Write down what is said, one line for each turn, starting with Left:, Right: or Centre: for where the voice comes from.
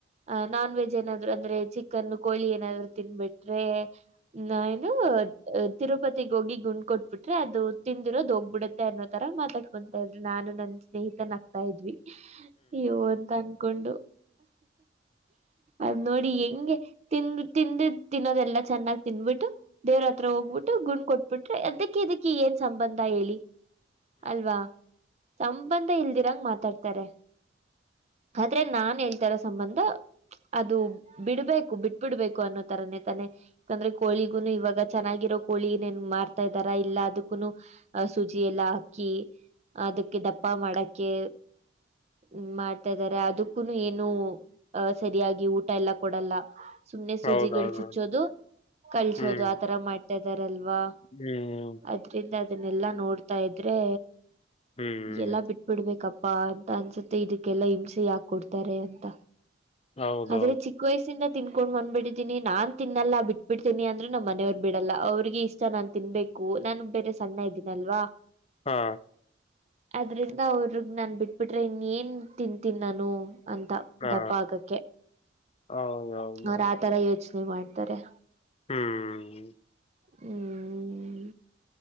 Right: ಅ ನಾನ್ ವೆಜ್ ಏನಾದ್ರು ಅಂದ್ರೆ ಚಿಕನ್ ಕೋಳಿ ಏನಾದ್ರು ತಿನ್ಬಿಟ್ರೆ ನ ಇನು ತಿರುಪತಿಗ್ ಹೋಗಿ ಗುಂಡ್ ಕೊಟ್ಬಿಟ್ರೆ ಅದು ತಿಂದಿರೋದು ಹೋಗ್ಬಿಡತ್ತೆ ಅನ್ನೋದು ತರ ಮಾತಾಡ್ಕೊತಾ ಇದ್ರಿ ನಾನು ನನ್ ಸ್ನೇಹಿತನ್ ಹಕ್ತಾ ಇದ್ವಿ ಇವು ಅಂತ ಕೊಂಡು ಅದ್ ನೋಡಿ ಹೆಂಗೆ ತಿಂದು ತಿಂದ ತಿನ್ನೋದೆಲ್ಲಾ ಚೆನ್ನಾಗ ತಿಂದಬಿಟ್ಟ ದೇವ್ರ ಹತ್ರ ಹೋಗ್ಬಿಟ್ಟು ಗುಂಡ್ ಕೊಟ್ಬಿಟ್ರೆ ಅದಕ್ಕ ಇದಕ್ಕ ಏನ್ ಸಂಬಂಧ ಹೇಳಿ ಅಲ್ವಾ ಸಂಬಂಧ ಇಲ್ದಿರಂಗ ಮಾತಾಡ್ತಾರೆ
Left: <inaudible>
Right: ಆದ್ರೆ ನಾನ್ ಹೇಳ್ತಾರ ಸಂಬಂಧ ಅದು ಬಿಡ್ಬೇಕು ಬಿಟ್ಬಿಡ್ಬೇಕು ಅನ್ನೋ ತರನೇ ತಾನೆ ಅಂದ್ರೆಳಿಗುನು ಇವಾಗ ಚೆನ್ನಾಗಿರೋ ಕೋಳಿನ್ ಮಾರ್ತಾ ಇದ್ದಾರ ಇಲ್ಲ ಅದಕ್ಕೂ ಅ ಸುಜಿ ಎಲ್ಲಾ <unintelligible> ಅಕ್ಕಿ ಅದಕ್ಕೆ ದಪ್ಪ ಮಾಡಕ್ಕೆ ಹ್ಮ ಮಾಡ್ತಾರೆ ಅದಕ್ಕೂ ಏನು ಅ ಸರಿಯಾಗಿ ಊಟ ಎಲ್ಲ ಕೊಡಲ್ಲ ಸುಮ್ನೆ
Left: ಹೌದು
Right: ಸೂಜಿಗಳು
Left: ಹೌದು
Right: ಚುಚ್ಚೋದು ಕಳ್ಸೋದು
Left: ಹ್ಮ್
Right: ಆತರ ಮಾಡ್ತಾದ ಅಲ್ವಾ
Left: ಹ್ಮ್
Right: ಅದ್ರಿಂದ ಅದನ್ನೆಲ್ಲಾ ನೋಡ್ತಾ ಇದ್ರೆ
Left: ಹ್ಮ್
Right: ಎಲ್ಲಾ ಬಿಟ್ ಬಿಡ್ಬೇಕಪ್ಪ <unintelligible> ಪ್ಪಾ ಅಂತ ಅನ್ಸುತ್ತೆ ಇದಕ್ಕೆಲ್ಲಾ ಹಿಂಸೆ ಯಾಕ ಕೊಡ್ತಾರೆ ಅಂತ
Left: ಹೌದು
Right: ಆದ್ರೆ
Left: ಹೌದು
Right: ಚಿಕ್ಕ ವಯಸ್ಸ ಎಂದ ತಿನ್ಕೊಂಡು ಬಂದ್ಬಿದ್ದೀನಿ ನಾನ್ ತಿನ್ನಲ್ಲ ಬಿಟ್ಬಿಡ್ತಿನಿ ಅಂದ್ರು ನಮ್ಮ ಮನವ್ ಬಿಟ್ಟು <unintelligible> <unintelligible> ಲ್ಲ ಅವ್ರಿಗೆ ಇಷ್ಟ ನಾನ್ ತಿನ್ಬೇಕು ನಾನು ಬೇರೆ ಸಣ್ಣ ಇದ್ದೀನಲ್ವಾ
Left: ಹಾ
Right: ಅದ್ರಿಂದ ಅವ್ರಗ್ ನಾನ್ ಬಿಟ್ಬಿಟ್ರೆ ಇನ್ ಏನ್ ತಿಂತೀನ್ ನಾನು ಅಂತ
Left: ಹಾ
Right: ದಪ್ಪ ಆಗಕ್ಕೆ
Left: ಹೌದು ಹೌದು
Right: ಅವ್ರ ಆತರ ಯೋಚನೆ ಮಾಡ್ತಾರೆ
Left: ಹ್ಮ್
Right: ಹ್ಮ್